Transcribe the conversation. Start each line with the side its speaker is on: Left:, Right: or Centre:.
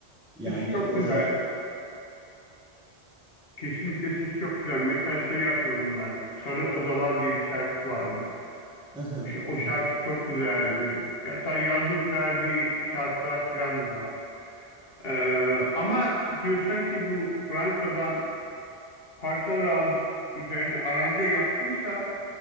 Centre: yani
Left: sesi çok
Centre: o
Left: güzel.
Centre: rap
Left: Kesinlikle sesi çok güzel. Mesela şeyi hatırladım ben. Sarı Odalar diye bir şarkısı vardı.
Centre: <laughs>
Left: O, ş- o şarkı çok güzeldi. Hatta yazıp verdiği şarkılar falan da var. Ee, ama diyorsan ki bu Fransa'dan parçalar alıp üzerine aranje yaptıysa